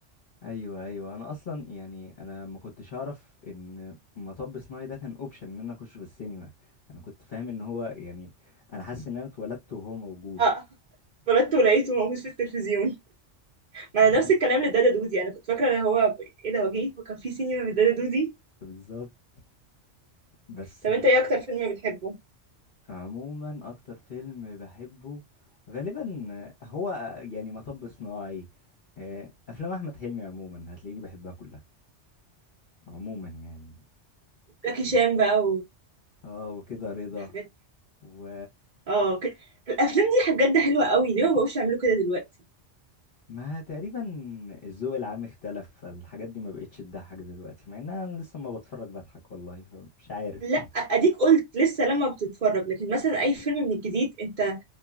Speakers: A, on the left; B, on the right.
A: ايوه ايوه انا اصلا يعني انا ما كنتش اعرف ان مطب صناعي ده كان اوبشن ان انا اخش في السينما انا كنت فاهم ان هو يعني انا حاسس ان انا اتولدت وهو موجود
B: اه اتولدت ولقيته موجود في التلفزيون ما
A: <laughs>
B: انا نفس الكلام لدادا دودي انا كنت فاكره ان هو ب- ايه ده هو جه هو كان في سينما في دادا دودي
A: بالظبط بس
B: طب انت ايه اكتر فيلم بتحبه
A: عموما اكتر فيلم بحبه غالبا هو يعني مطب صناعي آه، افلام احمد حلمي عموما هتلاقيني بحبها كلها عموما يعني
B: زكي
A: يعني.
B: شان بقى
A: اه وكده رضا
B: وحاجات
A: و
B: اه ك... الافلام دي بجد حلوه قوي ليه ما بقوش يعملوا كده دلوقتي
A: ما تقريبا الذوق العام اختلف فالحاجات دي ما بقتش تضحك دلوقتي مع ان انا لسه ما بتفرج بضحك والله فمش عارف
B: لا
A: <laughs>
B: اديك قلت لسه لما بتتفرج لكن مثلا اي فيلم من الجديد انت